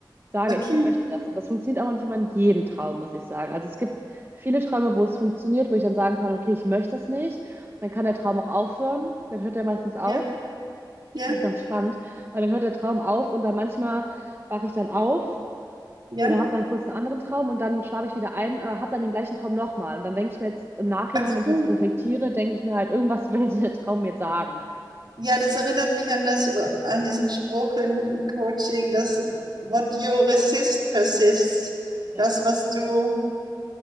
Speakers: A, on the right (about 30°); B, on the right (about 65°).
A: sage,
B: okay.
A: ich möchte das. Und das funktioniert aber nicht immer in jedem Traum, muss ich sagen. Also es gibt viele Träume, wo es funktioniert, wo ich dann sagen kann, okay, ich möchte das nicht. Dann kann der Traum auch aufhören. Dann hört er meistens auf.
B: Ja, ja,
A: Das ist ganz spannend, weil dann hört der Traum auf und dann manchmal wache ich dann auf
B: ja.
A: oder habe dann kurz einen anderen Traum und dann schlafe ich wieder ein, aber habe dann den gleichen Traum nochmal. Und dann denke ich mir jetzt im Nachhinein,
B: Ach
A: wenn ich
B: so.
A: jetzt so reflektiere, denke ich mir halt, irgendwas <laughs> will der Traum mir sagen.
B: Ja, das erinnert mich an das, an diesen Spruch im, im Coaching, dass what you resist persists.
A: Ja,
B: Das, was du,